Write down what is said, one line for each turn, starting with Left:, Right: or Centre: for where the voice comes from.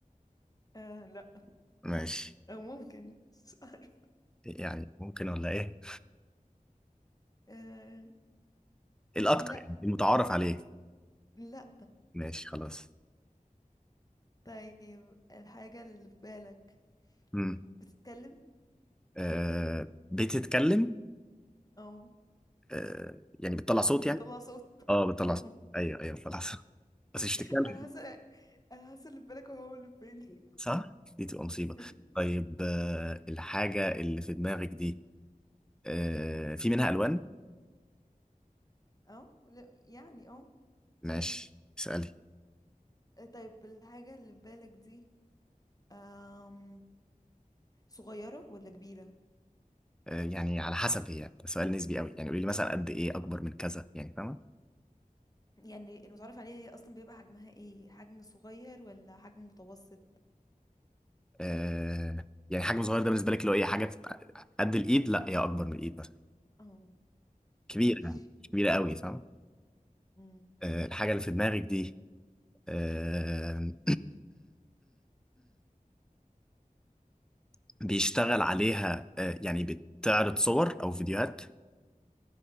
Left: آه لا
Centre: ماشي
Left: أو ممكن مش عارف
Centre: يعني ممكن ولا ايه
Left: آه
Centre: الاكتر
Left: لا
Centre: يعني المتعارف عليه
Left: لا
Centre: ماشي خلاص
Left: طيب الحاجة اللي في بالك
Centre: امم
Left: بتتكلم
Centre: آه بتتكلم
Left: أو
Centre: آه يعني بتطلع صوت
Left: بتطلع
Centre: يعني
Left: صوت
Centre: اه بتطلع
Left: أو
Centre: صوت ايوه ايوه بتطلع صوت <laughs> بس مش
Left: <laughs>
Centre: بتتكلم
Left: أنا حاسة أنا حاسة اللي في بالك هو اللي في بالي
Centre: صح دي تبقى مصيبة
Left: <laughs>
Centre: طيب آه الحاجة اللي في دماغك دي آه في منها الوان
Left: أو لا يعني أو
Centre: ماشي اسألي
Left: آه، طيب الحاجة اللي في بالك دي آم... صغيرة ولا كبيرة
Centre: آه يعني على حسب هي ده سؤال نسبي قوي يعني قولي لي مثلا قد ايه اكبر من كذا يعني فاهمة
Left: يعني المتعارف عليها هي اصلا بيبقى حجمها ايه حجم صغير ولا حجم متوسط
Centre: آه يعني حجم صغير ده بالنسبه لك لو ايه حاجه تبقى قد الايد لا هي اكبر من الايد مثلا
Left: اه
Centre: كبيره
Left: ماشي
Centre: يعني مش كبيره قوي فاهم
Left: امم
Centre: آه الحاجه اللي في دماغك دي آه <clears throat> بيشتغل عليها آه يعني بتعرض صور او فيديوهات